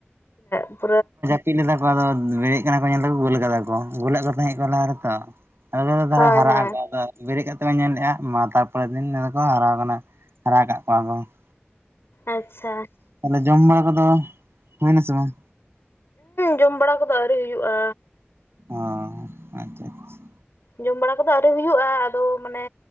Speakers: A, on the left; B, on the right.
A: <inaudible>
B: ᱪᱤᱫ ᱞᱮᱫᱟ ᱠᱚ ᱟᱫᱚ ᱵᱮᱨᱮᱫ ᱠᱟᱱᱟ ᱠᱚ ᱧᱮᱞ ᱮᱫᱟᱠᱚ ᱜᱳᱞ ᱠᱟᱫᱟ ᱠᱚ ᱜᱳᱞ ᱟᱫ ᱠᱚ ᱛᱟᱦᱮᱸᱫ ᱠᱚᱣᱟ ᱞᱟᱦᱟ ᱨᱮᱛᱚ, ᱟᱫᱚ ᱛᱟᱦᱚᱞᱮ
A: ᱦᱳᱭ
B: ᱦᱟᱨᱟᱜ
A: ᱦᱳᱭ
B: ᱟᱠᱚ ᱟᱫᱚ ᱵᱮᱨᱮᱫ ᱠᱟᱛᱮ ᱵᱚᱱ ᱧᱮᱞ ᱞᱮᱫᱼᱟ ᱢᱟ ᱛᱟᱨᱯᱚᱨᱮᱨ ᱫᱤᱱ ᱫᱚᱠᱚ ᱦᱟᱨᱟ ᱟᱠᱟᱱᱟ ᱦᱟᱨᱟ ᱠᱟ ᱠᱚᱣᱟ ᱠᱚ ᱾
A: ᱟᱪᱪᱷᱟ,
B: ᱛᱟᱦᱚᱞᱮ ᱡᱚᱢ ᱵᱟᱲᱟ ᱠᱚᱫᱚ ᱦᱩᱭᱱᱟ ᱥᱮ ᱵᱟᱝ?
A: ᱡᱚᱢ ᱵᱟᱲᱟ ᱠᱚᱫᱚ ᱟᱹᱣᱨᱤ ᱦᱩᱭᱩᱜᱼᱟ᱾
B: ᱚ ᱟᱪᱪᱷᱟ ᱟᱪᱪᱷᱟ᱾
A: ᱡᱚᱢ ᱵᱟᱲᱟ ᱠᱚᱫᱚ ᱟᱹᱣᱨᱤ ᱦᱩᱭᱩᱜᱼᱟ ᱟᱫᱚ ᱢᱟᱱᱮ